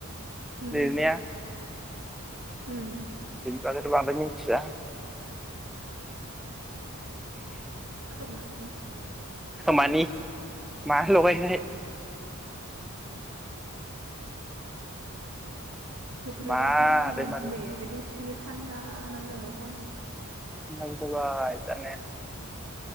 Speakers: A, on the right (about 70°); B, in the centre.
A: उम
B: लिरनाया
A: उम
B: बेनि बागैथ' बांद्राय मिथिया।
A: खोमानि।
B: खोमानि मा लगायखाय।
A: बोथोरा
B: मारै
A: जा गरमथारमोन
B: मारै
A: दिनै ओमफ्राय दसेनो थान्दा आराम जाबाय अखा हानानै।
B: <unintelligible>